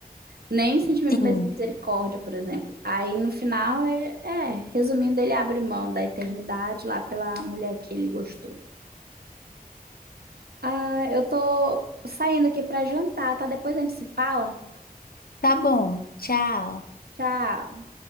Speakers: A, on the right (about 85°); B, on the left (about 70°).
A: Nem sentimento
B: sim.
A: de misericórdia, por exemplo. Aí, no final, é, é, resumindo, ele abre mão da eternidade lá pela mulher que ele gostou. Ah, eu tô saindo aqui pra jantar, tá? Depois a gente se fala.
B: Tá bom, tchau.
A: Tchau.